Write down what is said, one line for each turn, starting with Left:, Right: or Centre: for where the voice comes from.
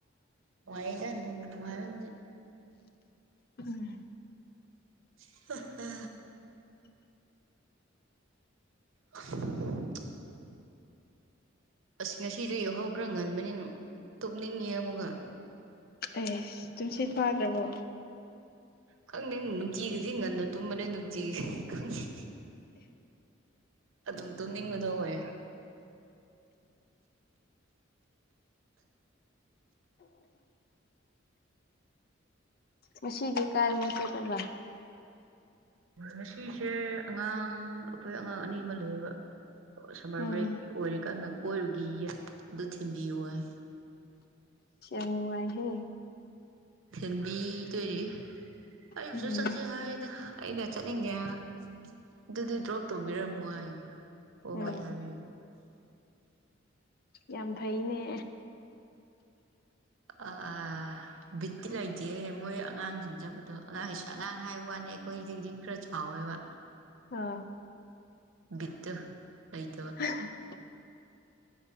Right: ꯋꯥꯅꯨꯡꯥꯏꯗ ꯃꯅꯨꯡꯉꯥꯏꯗꯤ
Left: ꯎꯝ
Right: <unintelligible> <unintelligible> ꯑꯁ ꯉꯁꯤꯁꯨ ꯌꯧꯍꯧꯈ꯭ꯔ ꯉꯟꯕꯅꯤꯅ ꯇꯨꯞꯅꯤꯡꯉꯤ ꯑꯃꯨꯛꯀ
Left: ꯑꯦꯁ ꯇꯨꯝꯁꯤꯠ ꯐꯥꯗ꯭ꯔꯕꯣ
Right: ꯈꯪꯗꯦ ꯅꯨꯡꯇꯤꯒꯤꯗꯤ ꯉꯟꯅ ꯇꯨꯝꯕꯅꯦ ꯅꯨꯡꯇꯤꯒꯤ ꯈꯪꯉꯦ ꯑꯗꯨꯝ ꯇꯨꯝꯅꯤꯡꯕꯗꯣ ꯑꯣꯏ
Left: ꯉꯁꯤꯗꯤ ꯀꯥꯏꯃꯣ ꯆꯗꯕ
Right: ꯎꯝ ꯉꯁꯤꯁꯦ ꯑꯉꯥꯡ ꯑꯩꯈꯣꯏ ꯑꯉꯥꯡ ꯑꯅꯤ ꯑꯃ ꯂꯩꯌꯦꯕ ꯁꯝꯃꯔ
Left: ꯎꯝ
Right: ꯕ꯭ꯔꯦꯛ ꯑꯣꯏꯔꯤꯀꯥꯟꯗ ꯀꯣꯏꯔꯨꯒꯤꯒꯦ ꯕꯨꯊꯤꯟꯕꯤꯌꯣ ꯍꯥꯏ
Left: ꯍꯦ ꯅꯨꯉꯥꯏꯍ
Right: ꯊꯦꯟꯕꯤꯗꯣꯏꯔꯤ ꯑꯩꯕꯨꯁꯨ
Left: ꯎꯝ
Right: ꯆꯠꯁꯦ ꯍꯥꯏꯅ ꯑꯩꯅ ꯆꯠꯅꯤꯡꯒꯦ ꯑꯗꯨꯗꯤ ꯗ꯭ꯔꯣꯞ ꯇꯧꯕꯤꯔꯝꯃꯣ ꯍꯥꯏ ꯑꯣ
Left: ꯎꯝ
Right: ꯍꯣꯏ ꯍꯥꯏ ꯍꯥꯏ ꯍꯥꯏꯕꯤꯕ
Left: ꯌꯥꯝ ꯐꯩꯅꯦ
Right: ꯑꯥ ꯕꯤꯠꯇꯤ ꯂꯩꯇꯦ ꯃꯣꯏ ꯑꯉꯥꯡꯁꯤꯡꯖꯕꯗꯣ ꯑꯉꯥꯡ ꯑꯉꯥꯡ ꯍꯥꯏꯕ ꯋꯥꯅꯤ ꯑꯩꯈꯣꯏꯗꯩꯗꯤ ꯈꯔ ꯁꯥꯑꯣꯏꯕ
Left: ꯑꯥ
Right: ꯕꯤꯠꯇꯣ ꯂꯩꯇꯕ
Left: <unintelligible>